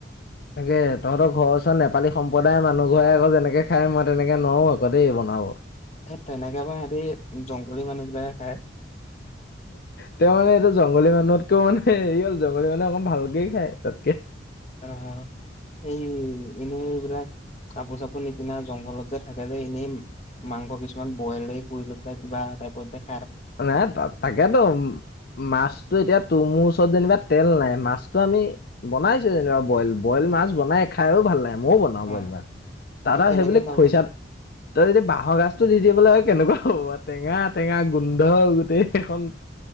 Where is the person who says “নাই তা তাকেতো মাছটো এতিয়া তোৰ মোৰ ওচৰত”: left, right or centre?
Left